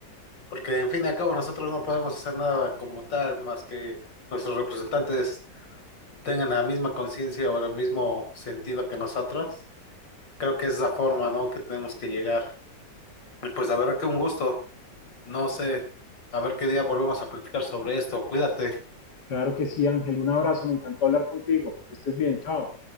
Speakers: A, on the left; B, on the left.
A: porque en fin y al cabo nosotros no podemos hacer nada como tal, más que nuestros representantes tengan la misma conciencia o el mismo sentido que nosotros. Creo que es la forma, ¿no? que tenemos que llegar. Y pues a ver qué un gusto. No sé, a ver qué día volvemos a platicar sobre esto. Cuídate.
B: Claro que sí, Ángel, un abrazo, me encantó hablar contigo, que estés bien, chao.